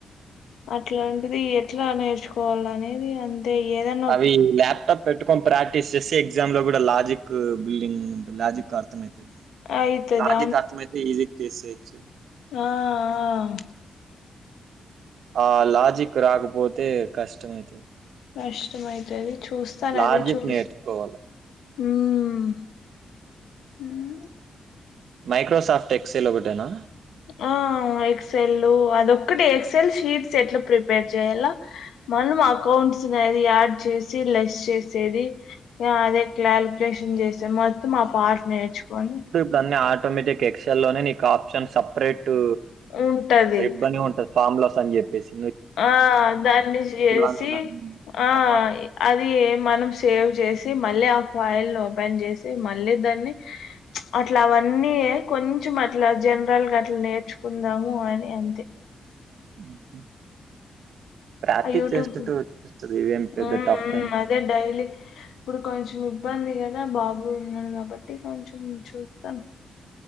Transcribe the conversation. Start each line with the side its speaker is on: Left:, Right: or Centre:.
Left: అట్లాంటిది ఎట్లా నేర్చుకోవాల్ అనేది అంత్ తే ఏదన్
Right: అవి ల్యాప్టాప్ పెట్టుకొన్ ప్రాక్టీస్ చేస్తే ఎగ్జామ్లో కూడా లాజికు బిల్డింగ్ ఉంటుం లాజిక్ అర్థమైతది
Left: అయితది
Right: లాజిక్ అర్థమైతే ఈజీగ్ చేసేయచ్చు
Left: ఆఅహ్
Right: ఆ లాజిక్ రాకపోతే కష్టం అయితది
Left: నష్టమైతది చూస్తాన్
Right: లాజిక్
Left: అదే చుస్
Right: నేర్చుకోవాలి.
Left: ఉమ్ మ్
Right: మైక్రోసాఫ్ట్ ఎక్సైల్ ఒకటేనా
Left: ఆ ఎక్సెల్లు అదొక్కటె ఎక్సెల్ షీట్స్ ఎట్లా ప్రిపేర్ చేయల మనం అకౌంట్స్ నది యాడ్ చేసి లెస్ చేసేది యా అదే క్లారిఫికేషన్ చేస్తే మొత్తం ఆ పార్ట్ నేర్చుకొని
Right: దాన్ని ఆటోమేటిక్ ఎక్సెల్ లోనే నీకు ఆప్షన్ సపరేట్టు
Left: ఉంటది
Right: రిబన్గుంటది ఫామ్లస్ అన్ చెప్పేసి
Left: ఆ దాన్ని చేసి
Right: అనే దాన్ని ఒక్కటి
Left: ఆ
Right: వాడు
Left: ఇ అది మనం సేవ్ చేసి మళ్ళీ ఆ ఫైల్ ఓపెన్ చేసి మళ్ళీ దాన్ని అట్లా అవన్నీ కొంచెం అట్లా జనరల్గా అట్లా నేర్చుకుందాము అని అంతే
Right: ఉహుహ్ ప్రాక్టీస్
Left: ఆ యూట్యూబ్
Right: చేస్తుట్టే వచ్చేస్తది ఇదేం పెద్ద
Left: ఉమ్
Right: టఫ్
Left: ఉమ్
Right: ఏమ్.
Left: అదే డైలీ ఇప్పుడు కొంచెం ఇబ్బంది గదా బాబు ఉన్నాడు గబట్టి కొంచెం చూదాం.